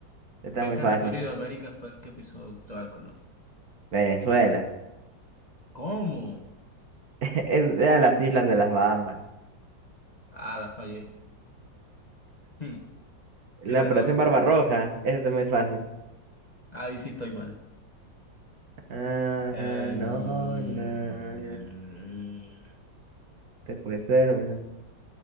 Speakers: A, on the right; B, on the left.
A: está
B: ¿Qué
A: muy
B: territorio
A: fácil.
B: de América fue el que pisó Cristóbal Colón?
A: Venezuela.
B: ¿Cómo?
A: <laughs> Es, eran las islas de las Bahamas.
B: Ah, la fallé. Hmm,
A: La
B: Qué raro,
A: Operación Barbarroja.
B: pero
A: Eso está muy fácil.
B: ahí sí estoy mal.
A: Ah,
B: Eh,
A: no,
B: mm,
A: no. Puede ser. Puede ser.